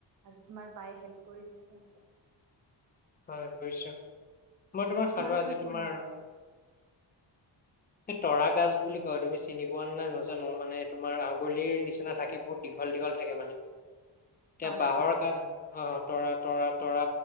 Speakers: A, on the right; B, on the left.
A: আৰু তোমাৰ বায়ে হেল্প কৰি দিলে সেনেকুৱা
B: হয় বুজিছো মই তোমাৰ খালোঁ
A: তোমালোকৰ
B: আজি
A: কি
B: তোমাৰ
A: বনালে
B: এই তৰা গছ বুলি কয় তুমি চিনি পোৱা নাই নাজানো মানে তোমাৰ আঙুলিৰ নিচিনা থাকে বহুত দীঘল দীঘল থাকে মানে এতিয়া
A: তৰা
B: বাঁহৰ
A: গছ
B: ক অ তৰা তৰা তৰা